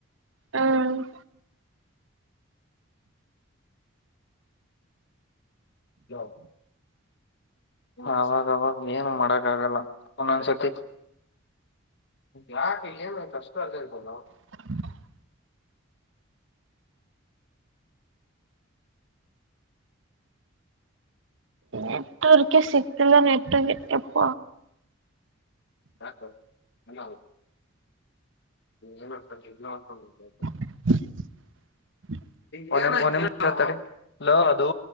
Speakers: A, on the right (about 60°); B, on the left (about 55°).
A: ಹ್ಮ
B: ಹ ಅವಾಗವಾಗ ಏನು ಮಾಡಕ್ ಆಗಲ್ಲ ಒಂದೊಂದ್ಸತಿ ಯಾಕ ಏನ್ ಆಯ್ತು ಅಷ್ಟ ಅಜ್ರೆಂಟ್ ಹೋದ್ನ ಅವ
A: ಹ ನೆಟ್ ವರ್ಕ ಸಿಗ್ತಿಲ್ಲ ನೆಟ್ಟಗೆ ಎಪ್ಪ
B: ಸಾಕ ಎಲ್ಲ ಹೌದು. ನೀ ಇ ಒರ್.
A: <unintelligible>
B: ಒ ನಿಮಿಷತ್ತಾರೆ ಅಲ್ಲ ಅದು